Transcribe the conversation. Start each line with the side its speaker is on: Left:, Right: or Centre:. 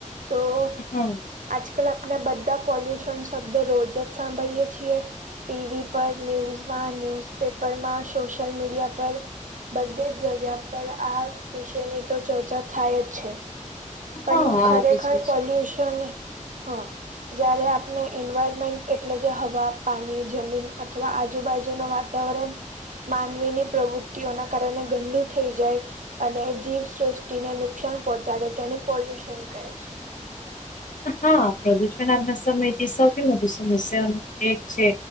Right: તો.
Left: હમ.
Right: આજકાલ આપણે બધા પોલ્યુશન શબ્દ રોજ જ સાંભળીએ છીએ. ટીવી પર ન્યૂઝમાં ન્યૂઝપેપરમાં સોશિયલ મીડિયા પર બધે જ. જગ્યા પર આ વિષની તો ચર્ચા થાય જ છે.
Left: છે
Right: પણ
Left: હા હા
Right: ખરેખર
Left: આ તો છે જ
Right: પોલ્યુશન હા. જયારે આપને એન્વાયરમેન્ટ એટલે કે હવા પાણી જમીન અથવા આજુબાજુ ન વાત. વાતાવરણ માનવીની પ્રવૃત્તિઓના કારણે ગંદુ થઈ જાય. અને જીવસૃષ્ટિને નુકસાન પહોંચાડે તેને પોલ્યુશન કહે છે.
Left: હા પ્રદુષણ આપજના સમયથી સૌથી મોટું સમસ્યા એક છે.